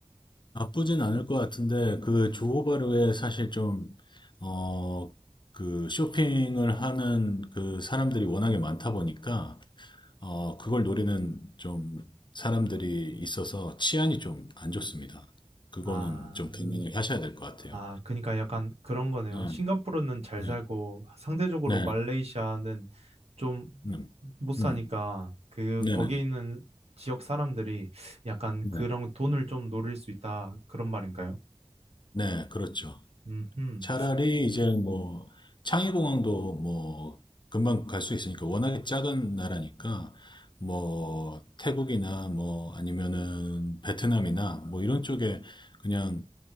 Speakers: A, on the left; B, on the right.
A: 나쁘진 않을 것 같은데 그 조호바르에 사실 좀, 어, 그 쇼핑을 하는 그 사람들이 워낙에 많다 보니까 어, 그걸 노리는 좀 사람들이 있어서 치안이 좀 안 좋습니다. 그거는
B: 아.
A: 좀 개명을 하셔야 될 것 같아요.
B: 아, 그러니까 약간 그런 거네요.
A: 네,
B: 싱가포르는 잘
A: 네,
B: 살고 상대적으로
A: 네,
B: 말레이시아는 좀
A: 음,
B: 못 사니까
A: 음,
B: 그
A: 네네네.
B: 거기에 있는 지역 사람들이 약간
A: 네,
B: 그런
A: 네,
B: 돈을 좀 노릴 수 있다 그런 말인가요?
A: 네, 네, 그렇죠.
B: 음,
A: 차라리 이제 뭐 창의공항도 뭐 금방 갈 수 있으니까 워낙에 작은 나라니까 뭐 태국이나 뭐 아니면은 베트남이나 뭐 이런 쪽에 그냥